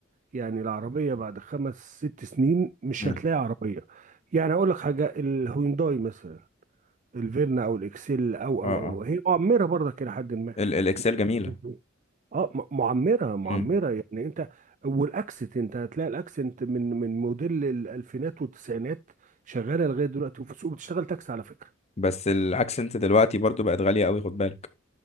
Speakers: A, on the right; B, on the left.
A: يعني العربية بعد خمس ست سنين مش
B: امم
A: هتلاقي عربية يعني أقول لك حاجة الهيونداي مثلا الفيرنا أو الإكسيل أو
B: اه
A: أو أو
B: اه
A: أو، هي معمرة برضك إلى حد ما
B: ال- الاكسل جميلة
A: مهم. اه م- معمرة معمرة
B: امم
A: يعني انت والاكسنت انت هتلاقي الاكسنت من من موديل الالفينات والتسعينات شغالة لغاية دلوقتي وفي السوق بتشتغل تاكسي على فكرة
B: بس الاكسنت دلوقتي برضو بقت غالية قوي خد بالك